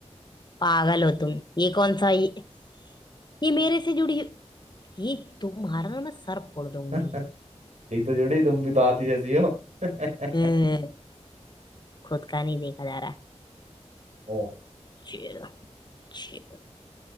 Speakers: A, on the left; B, on the right.
A: पागल हो तुम ये कौन सा ये, ये मेरे से जुड़ी ये तुम्हारा ना मैं सर फोड़ दूंगी
B: <laughs> ठीक तो जुड़ी तुम भी तो हाथी जैसी हो <laughs>
A: हम्म, खुद का नहीं देखा जा रहा
B: ओ
A: चिल चिल